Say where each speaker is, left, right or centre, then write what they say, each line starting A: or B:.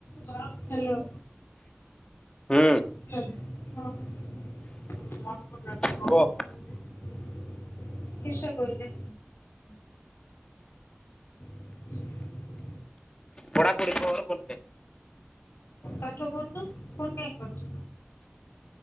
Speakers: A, on the left; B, on the left.
A: ହାଲୋ।
B: ହୁଁ।
A: <inaudible>
B: ପଢାପଢି
A: ଶେଷ କରିଦେ। <inaudible>
B: ପଢ଼ା ପଢ଼ି କର ବୋଲେ।
A: ପାଠ ପଢ଼ୁନ ଫୋନ କାହିଁ କରୁଚ।